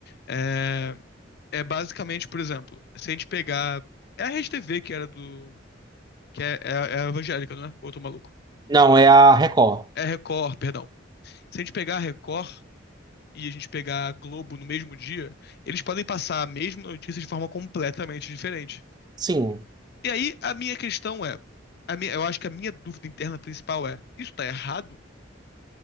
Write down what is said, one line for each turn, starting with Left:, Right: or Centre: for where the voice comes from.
Left: é é basicamente, por exemplo, se a gente pegar. É a Rede TV que era do. Que é, é, é a evangélica, não é? Outro maluco.
Right: Não, é a Record.
Left: É a Record, perdão. Se a gente pegar a Record e a gente pegar a Globo no mesmo dia, eles podem passar a mesma notícia de forma completamente diferente.
Right: Sim.
Left: E aí, a minha questão é. A minha, eu acho que a minha dúvida interna principal é: isso tá errado?